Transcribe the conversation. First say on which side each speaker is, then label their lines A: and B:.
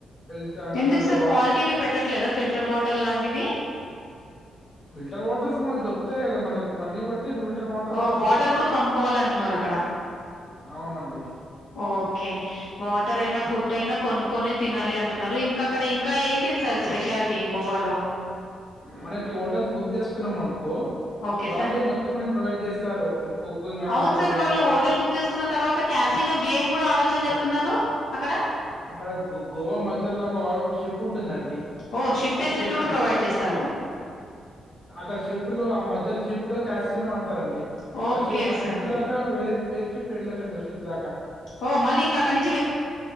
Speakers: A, on the left; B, on the left.
A: హెల్త్ అంటే
B: ఎందుక్
A: మనకి
B: సర్
A: వా
B: క్వాలిటీవి పెట్టట్లేద ఫిల్టర్ వాటర్ లాంటివి
A: ఫిల్టర్ వాటర్స్ మనకు దొరుకుతాయి గదా! మనకి మనీ బడితే ఫిల్టర్ వాటర్
B: ఓ
A: గూడా అమ్ముతారక్కడ.
B: వాటర్ గుడా కొనుక్కవాలంటున్నారు అక్కడ
A: అవునండి.
B: ఓకె వాటర్ ఐనా ఫుడ్ ఐనా కొనుక్కొనే తినాలి అంటున్నారు ఇంక అక్కడ ఇంకా ఏంటిది సార్ స్పెషాల్టీ గోవా లో
A: మనకి హోటల్స్ బుక్ జేస్ కున్నం అన్కో
B: ఓకే
A: వాళ్ళే మొత్తం మనకి ప్రొవైడ్ జేస్తారు కుకింగ్ గాని,
B: ఔను సర్
A: వాటర్
B: వాళ్ళు హోటల్ బుక్ జేస్కున్న తర్వాత క్యాసినో గేమ్ గుడా ఆడొచ్చు అని జెప్తున్నారు అక్కడ
A: అక్కడ గొ గోవా మధ్యల ఒక షిప్ ఉంటుందండి
B: ఓహ్! షిప్ అదే.
A: అ
B: ఫెసిలిటీ
A: షి
B: గూడా
A: ఆ
B: ప్రొవైడ్ చేస్తారు.
A: అ అక్కడ షిప్ లో ఆ మధ్యల షిప్ లో క్యాసినో ఆడ్తరండి
B: మీరు ఓకే
A: ఆ షి ఆ
B: సార్.
A: షిప్ దాకా వేరేది వేర్ షిప్ లో వెళ్ళొచ్చండి ఆ షిప్ దాక
B: ఒ మళ్ళింకక్కనించి